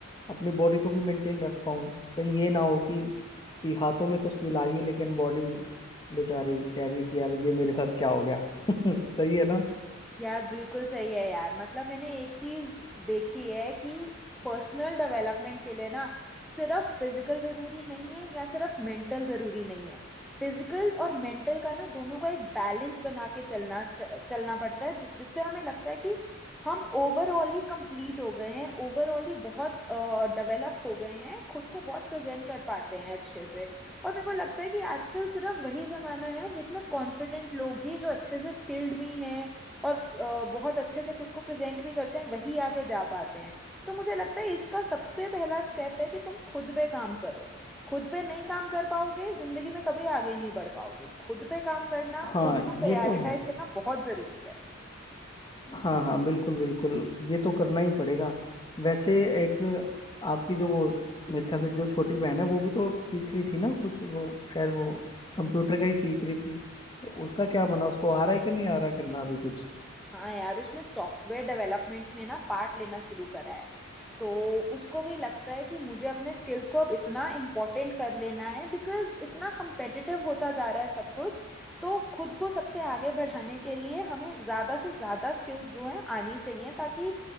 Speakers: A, on the left; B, in the centre.
A: अपनी बॉडी को भी मेंटेन रख पाऊँ कहीं ये ना हो कि कि हाथों में तो स्किल आ गई लेकिन बॉडी बेचारी कह रही है कि यार ये मेरे साथ क्या हो गया <laughs> सही है ना
B: यार बिल्कुल सही है यार मतलब मैंने एक चीज देखी है कि पर्सनल डेवलपमेंट के लिए ना सिर्फ फिजिकल जरूरी नहीं है या सिर्फ मेंटल जरूरी नहीं है फिजिकल और मेंटल का ना दोनों का एक बैलेंस बना के चलना च, चलना पड़ता है जिससे हमें लगता है कि हम ओवरऑल ही कंप्लीट हो गए हैं ओवरऑल ही बहुत डेवलप हो गए हैं खुद को बहुत प्रेजेंट कर पाते हैं अच्छे से और मेरे को लगता है कि आजकल सिर्फ वही जमाना है जिसमें कॉन्फिडेंट लोग ही जो अच्छे से स्किल्ड भी हैं और अ, बहुत अच्छे से खुद को प्रेजेंट भी करते हैं वही आगे जा पाते हैं तो मुझे लगता है इसका सबसे पहला स्टेप है कि तुम खुद पे काम करो खुद पे नहीं काम कर पाओगे जिंदगी में कभी आगे नहीं बढ़ पाओगे खुद पे काम करना
A: हाँ
B: खुद को
A: ये
B: प्रायोरिटाइज
A: तो है
B: करना बहुत जरूरी है
A: हाँ हाँ बिल्कुल बिल्कुल ये तो करना ही पड़ेगा वैसे एक आपकी जो वो मेरे ख्याल से जो छोटी बहन है वो भी तो सीख रही थी ना कुछ वो शायद वो कंप्यूटर का ही सीख रही थी तो उसका क्या बना उसको आ रहा है कि नहीं आ रहा करना अभी कुछ
B: हाँ यार उसने सॉफ्टवेयर डेवलपमेंट में ना पार्ट लेना शुरू करा है तो उसको भी लगता है कि मुझे अपने स्किल्स को अब इतना इम्पोर्टेंट कर लेना है बिकॉज इतना competitive होता जा रहा है सब कुछ तो खुद को सबसे आगे बढ़ाने के लिए हमें ज़्यादा से ज़्यादा स्किल्स जो हैं आनी चाहिए ताकि